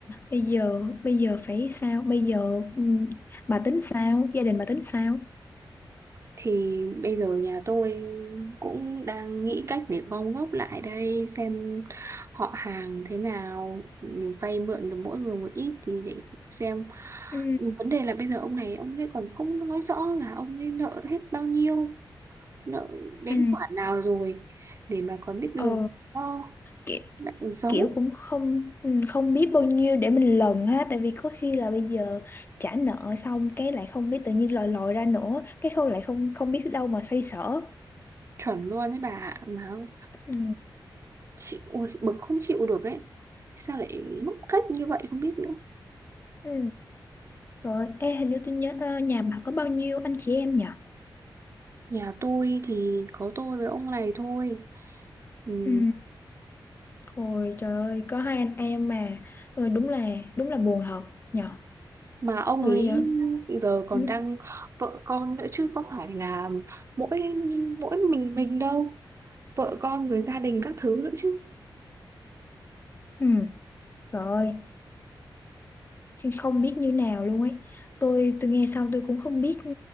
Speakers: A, on the left; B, on the right.
A: Bây giờ bây giờ phải sao? Bây giờ ừ, bà tính sao? Gia đình bà tính sao?
B: Thì bây giờ nhà tôi cũng đang nghĩ cách để gom góp lại đây xem họ hàng thế nào vay mượn được mỗi người một ít thì để xem
A: Ừ.
B: Nhưng vấn đề là bây giờ ông này ông ấy còn không nói rõ là ông ấy nợ hết bao nhiêu nợ đến
A: Ừ.
B: khoản nào rồi để mà còn biết đường
A: Ờ,
B: lo
A: kiểu,
B: lại còn xấu
A: kiểu cũng không ừ, không biết bao nhiêu để mình lần ha tại vì có khi là bây giờ trả nợ xong cái lại không biết tự nhiên lòi lòi ra nữa cái không lại không không biết đâu mà xoay sở
B: chuẩn luôn đấy bà ạ. mà không-
A: ừ.
B: chị ôi, bực không chịu được ấy sao lại ngốc cách như vậy không biết nữa
A: Ừ. Rồi, ê hình như tôi nhớ ờ, nhà bà có bao nhiêu anh chị em nhỉ?
B: Nhà tôi thì có tôi với ông này thôi. Ừm,
A: Ừ. Ôi trời ơi, có hai anh em mà. Tôi đúng là đúng là buồn thật nhỉ.
B: Mà ông
A: Ôi
B: ấy
A: giờ
B: giờ còn
A: ừ.
B: đang vợ con nữa chứ có phải là mỗi mỗi mình mình đâu. Vợ con rồi gia đình các thứ nữa chứ.
A: Ừ. Trời ơi, không biết như nào luôn ấy. Tôi tôi nghe xong tôi cũng không biết ừ,